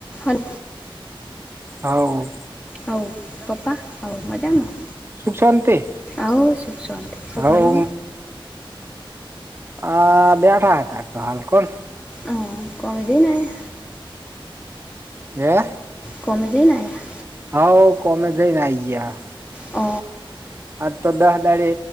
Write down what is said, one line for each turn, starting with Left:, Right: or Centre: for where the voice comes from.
Left: હાલ
Right: હાવો.
Left: હઉ પપ્પા, હઉ મજામાં?
Right: સુખ શાંતિ
Left: આવ શુંખ શાંતિ શું
Right: હવ
Left: કરો છો?
Right: અ બેઠા તા તો હાલ કોણ?
Left: આ કોમે જઈ આય?
Right: હે?
Left: કોમે જઈને આયા?
Right: હાઉ કામે જઈને આઈ ગયા.
Left: હ.
Right: આજ તો દસ દિવસે